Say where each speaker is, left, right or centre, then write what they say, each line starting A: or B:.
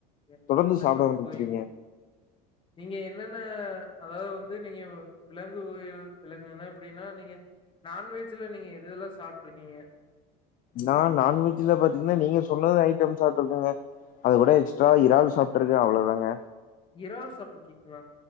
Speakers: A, on the left; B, on the left.
A: என்னத்தங்க
B: தொடர்ந்து சாப்பிட ஆரம்பச்சுறீங்க
A: போய் நீங்க என்னென்ன அதாவது வந்து நீங்க விலங்கு வகையில் விலங்குனா எப்டின்னா நீங்க நான்வெஜ்ஜூ நீங்க எதுெல்லா சாப்பிட்டுருக்கீங்க
B: நான் நான்வெஜ்ல பாத்தீங்கன்னா நீங்க சொன்னது ஐட்டம் சாப்பிருக்கீங்க அது கூட எக்ஸ்ட்ரா இறால் சாப்பிட்டுருக்கு அவ்வளதாங்க
A: இறால் சாப்பிருக்கீங்களா